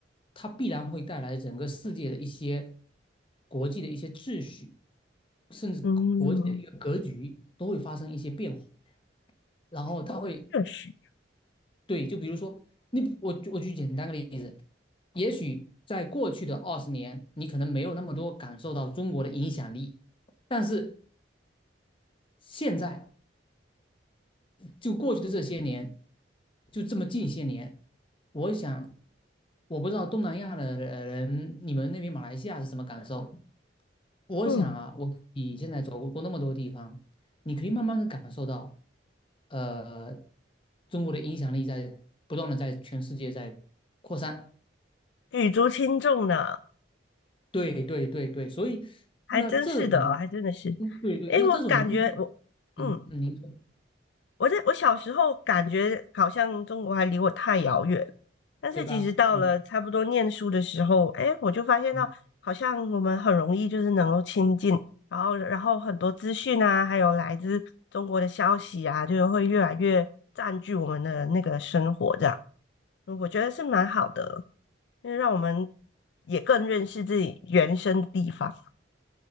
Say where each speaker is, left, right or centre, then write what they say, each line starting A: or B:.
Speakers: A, on the left (about 30°); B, on the left (about 65°).
A: 它必然会带来整个世界的一些国际的一些秩序，甚至国际的一个格局都会发生一些变化。
B: 嗯，
A: 然后它会
B: 确实，
A: 对，就比如说，你我我举简单的例子，也许在过去的二十年，你可能没有那么多感受到中国的影响力，但是现在就过去的这些年，就这么近些年，我想，我不知道东南亚的人，你们那边马来西亚是什么感受？我想啊，
B: 嗯，
A: 我你现在走过那么多地方，你可以慢慢的感受到，呃，中国的影响力在不断的在全世界在扩散。
B: 举足轻重呢，
A: 对对对对，所以那这种，
B: 还真是的哦，还真的是，
A: 嗯，对对，
B: 诶，
A: 那这种东西，
B: 我感觉我，嗯，
A: 嗯嗯，您说
B: 我在我小时候感觉好像中国还离我太遥远，但是其实到了差不多念书的时候，
A: 对吧？嗯
B: 哎，我就发现到好像我们很容易就是能够亲近，
A: 嗯。
B: 然后然后很多资讯啊，还有来自中国的消息啊，就是会越来越占据我们的那个生活，这样嗯我觉得是蛮好的，因为让我们也更认识自己原生的地方。